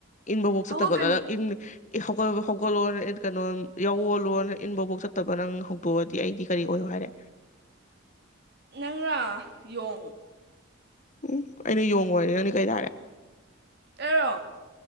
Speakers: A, on the left (about 35°); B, on the right (about 50°).
A: ꯏꯟꯕꯐꯥꯎ
B: ꯍꯧꯒꯠꯀꯅꯤ
A: ꯆꯠꯇꯕꯗ ꯅ ꯏꯟ ꯍꯧꯒꯠ ꯍꯧꯒꯠꯂꯣꯅ ꯀꯩꯅꯣ ꯌꯥꯎꯑꯣꯜꯂꯣꯅ ꯏꯟꯐꯥꯎꯕꯥꯎ ꯆꯠꯇꯕ ꯅꯪ ꯍꯧꯗꯣꯛꯑꯣ ꯑꯦ ꯑꯩꯗꯤ ꯀꯔꯤ ꯑꯣꯏꯌꯣ ꯍꯥꯏꯔꯦ
B: ꯅꯪꯔꯥ ꯌꯣꯡ
A: ꯎꯝ ꯑꯩꯅ ꯌꯣꯡ ꯑꯣꯢꯔ ꯅꯪꯅ ꯀꯔꯤ ꯇꯥꯔꯦ
B: ꯑꯩꯔꯣ